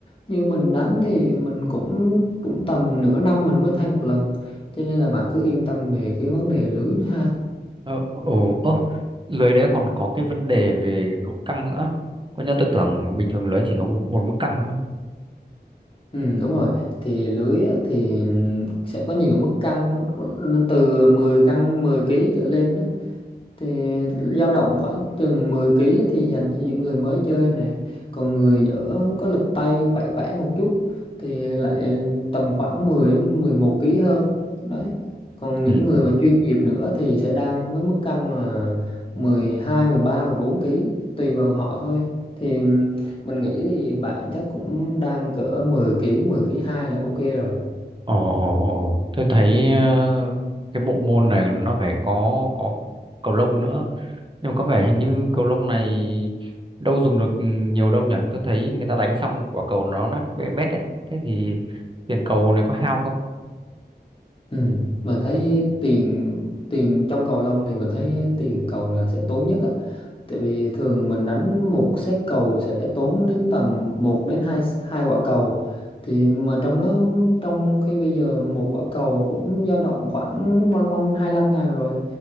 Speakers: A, on the left; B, on the right.
A: Như mình đánh thì mình cũng cũng tầm nửa năm mình mới thay một lần. Cho nên là bạn cứ yên tâm về cái vấn đề lưới nữa ha.
B: ừ, ừ, ừ. lưới đấy còn có cái vấn đề về độ căng nữa có nhớ tôi tưởng bình thường lưới chỉ có một, một mức căng thôi
A: Ừ, đúng rồi thì lưới á, thì sẽ có nhiều mức cân nó từ 10 cân 10 ký trở lên á, thì dao động khoảng chừng 10 kg ấy thì dành cho những người mới chơi nè còn người ở có lực tay khỏe khỏe một chút thì lại tầm khoảng 10 đến 11 kg hơn đấy còn những
B: ừ
A: người mà chuyên nghiệp nữa thì sẽ đang với mức cân là 12, 13, 14 kg tùy vào họ thôi thì mình nghĩ thì bạn chắc cũng đang cỡ 10 kg, 10 kg 2 là ok rồi
B: Ồ, ồ, ồ. Tôi thấy ờ, cái bộ môn này nó phải có có cầu lông nữa. Nhưng mà có vẻ hình như cầu lông này đâu dùng được nhiều đâu nhỉ? Tôi thấy người ta đánh xong quả cầu nó nát bét bét đấy. Thế thì tiền cầu này có hao không?
A: Ừ, mình thấy tiền tiền trong cầu lông thì mình thấy tiền cầu là sẽ tốn nhất á. Tại vì thường mình đánh một set cầu sẽ tốn đến tầm một đến 2 hai quả cầu. Thì mà trong đó trong khi bây giờ một quả cầu cũng dao động khoảng quanh quanh hai lăm ngàn rồi.